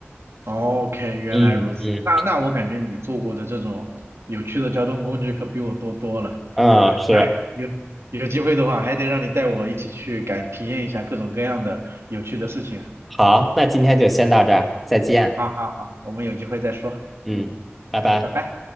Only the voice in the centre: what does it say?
嗯嗯
嗯，是，
好，那今天就先到这儿，再见。
嗯，
拜拜。